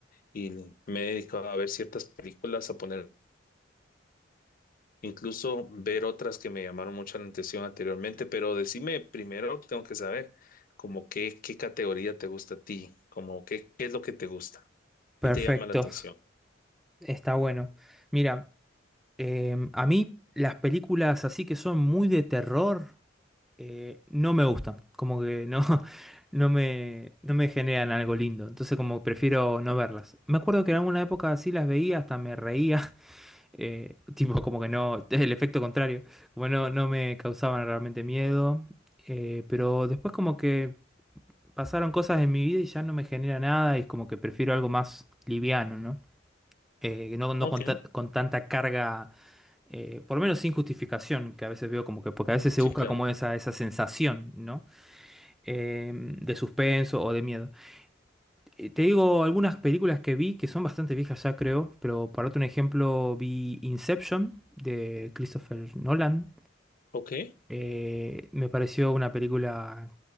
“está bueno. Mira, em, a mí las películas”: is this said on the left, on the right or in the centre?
Centre